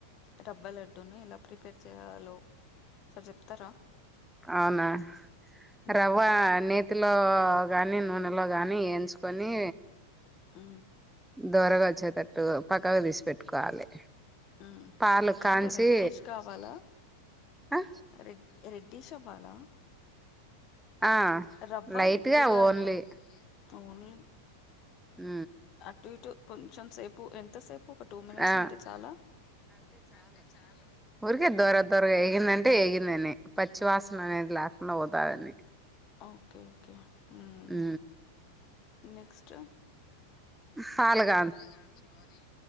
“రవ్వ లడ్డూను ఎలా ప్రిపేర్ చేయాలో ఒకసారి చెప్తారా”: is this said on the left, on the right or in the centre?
Left